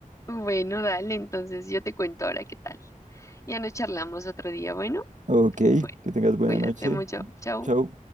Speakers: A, on the left (about 20°); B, on the right (about 60°).
A: Bueno, dale, entonces yo te cuento ahora qué tal. Ya nos charlamos otro día. Bueno,
B: Ok,
A: cu-
B: que tengas buena
A: cuídate
B: noche.
A: mucho. Chao.
B: Chao.